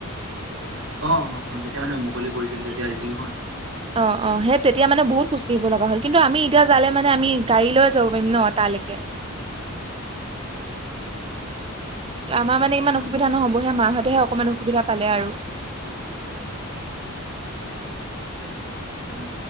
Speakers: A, on the right; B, on the right.
A: অ' অ' যেতিয়া মানে মুকলি কৰিছিল তেতিয়া আহিছিল নহয়।
B: অ' অ' সেই তেতিয়া মানে বহুত খোজকাঢ়িব লগা হ'ল কিন্তু আমি এতিয়া যালে মানে আমি গাড়ী লৈ যাব পাৰিম ন তালৈকে। আমাৰ মানে ইমান
A: উম,
B: অসুবিধা
A: উম,
B: নহবহে মাহঁতে হক অকমান অসুবিধা পালে আৰু
A: উ